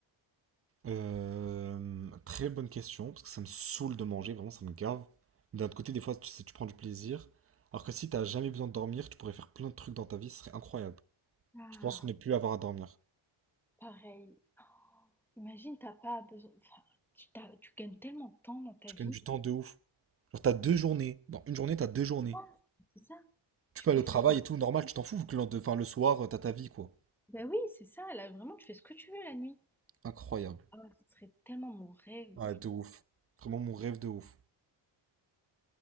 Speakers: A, on the right; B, in the centre.
A: Euh, très bonne question, parce que ça me saoule de manger, vraiment ça me gave. Mais D'un autre côté, des fois, tu sais, tu prends du plaisir. Alors que si t'as jamais besoin de dormir, tu pourrais faire plein de trucs dans ta vie, ce serait incroyable.
B: Ah,
A: Je pense ne plus avoir à dormir.
B: Pareil. Oh, imagine, t'as pas besoin. Enfin, tu, t'as- tu gagnes tellement de temps dans ta
A: Je
B: vie.
A: gagne du temps de ouf. Genre t'as deux
B: Tu
A: journées.
B: peux,
A: Dans une journée, t'as deux journées.
B: Oh, c'est ça?
A: Tu
B: tu
A: peux aller
B: peux
A: au
B: faire.
A: travail et tout, normal, tu t'en fous, vu que le, lendemain- enfin, le soir, euh, t'as ta vie, quoi.
B: Ben oui, c'est ça. Là, vraiment, tu fais ce que tu veux la nuit.
A: Incroyable.
B: Ah, ce serait tellement mon rêve.
A: Ah, de ouf. Vraiment mon rêve de ouf.